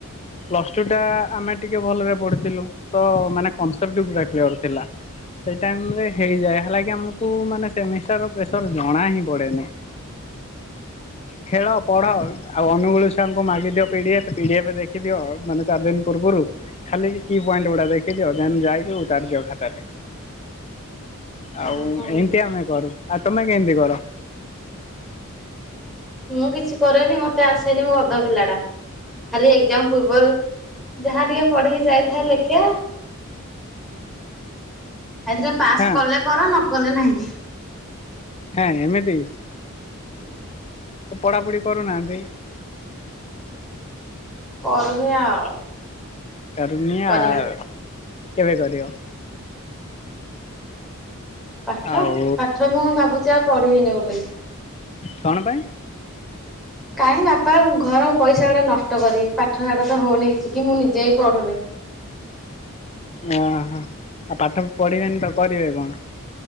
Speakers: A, on the left (about 30°); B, in the centre.
A: ପ୍ଲସ ଟୁ ଟା ଆମେ ଟିକେ ଭଲରେ ପଢ଼ିଥିଲୁ ତ ମାନେ କନସେପ୍ଟ ପୁରା କ୍ଲିୟର। ସେ ଟାଇମ ରେ ହେଇଯାଏ ହେଲାକି ଆମକୁ ମାନେ ସେମିଷ୍ଟର ପ୍ରେସର ଜଣା ହିଁ ପଡେନି ଖେଳ ପଢ ଆଉ ଅନୁଗୁଳ ସେ ଆମକୁ ମାଗି ଦିଅ ପିଡିଫ ପିଡିଏଫ ଦେଖିଦିଅ ମାନେ ଚାରି ଦିନ ପୂର୍ବରୁ ଖାଲି କି ପଏଣ୍ଟ ଗୁଡା ଦେଖିଦିଅ ଯାଇକି ଉତାରି ଦିଅ ରେ। ଆଉ
B: ଓହୋ
A: ଏମିତି ଆମେ କରୁ। ଆ ତମେ କେମିତି କର?
B: ମୁଁ କିଛି କରେନି ମତେ ଆସେନି ମୁଁ ଗଧ ପିଲା ଟା। ଖାଲି ଏଜାମ ପୂର୍ବରୁ ଯାହା ଟିକେ ପଢିକି ଯାଇଥାଏ ଲେଖା। ସେଇଥିରେ ପାସ୍
A: ହଁ
B: କଲେ କର ନ କଲେ ନାହିଁ।
A: ହଁ ଏମିତି।
B: ହୁଁ।
A: ତ ପଢାପଢି କରୁନାହାନ୍ତି।
B: କରିବା ଆଉ
A: କରିମି
B: କରିବା
A: ଆଉ। କେବେ କରିବ?
B: ପାଠ
A: ଆଉ
B: ପାଠ ମୁଁ ଭାବୁଛି ଆଉ ପଢିବିନି ବୋଲିକି।
A: କଣ ପାଇଁ
B: କାହିଁକି ବାପା ଘର ପଇସା ଗୁଡା ନଷ୍ଟ କରି ପାଠଶାଠ ତ ହଉନି କିଛି କି ମୁଁ ନିଜେ ହିଁ ପଢ଼ୁନି।
A: ଓ ହୋ। ଆଉ ପାଠ ପଢିବେନି ତ କରିବେ କଣ।